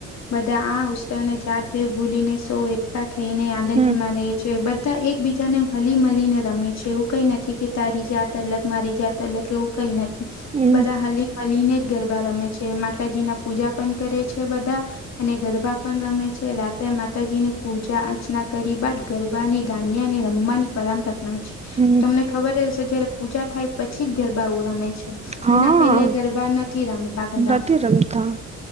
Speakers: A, on the left; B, on the right.
A: બધા આ ઉત્સવ ને જાત ભે ભૂલી ને સૌ એકતા થઈને આનંદથી
B: હમ
A: માને છે બધા એકબીજાને હલી મલીને રમે છે, એવું કઈ નથી કે તારી જે તલક મારી જાય તલક એવું કઈ નથી
B: હમ
A: બધા હલી મલી ને જ ગરબા રમે છે, માતાજી ના પૂજા પણ કરે છે બધા અને ગરબા પણ રમે છે, રાત્રે માતાજીની પૂજા અર્ચના કરી બાદ ગરબાની ધાન્યની રમવાની પરંપરાના છે,
B: હમ
A: તમને ખબર હશે જયારે પૂજા થાય પછી જ ગરબા ઓ રમે છે
B: હા
A: એના પેલે ગરબા નથી રમતા બધા
B: નથી રમતા